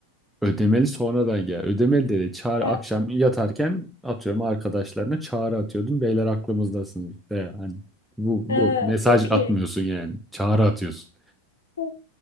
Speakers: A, in the centre; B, on the left.
A: Ödemeli sonradan gel. Ödemeli dedi. Çağrı
B: Ha,
A: akşam yatarken atıyorum arkadaşlarına çağrı atıyordum. Beyler aklımızdasınız. De hani bu bu
B: ha,
A: mesaj
B: okey.
A: atmıyorsun yani. Çağrı atıyorsun.
B: Hı.